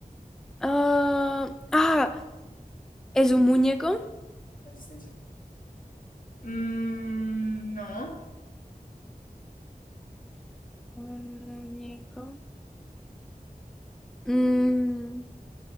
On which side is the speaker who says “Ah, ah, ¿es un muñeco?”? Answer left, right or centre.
Centre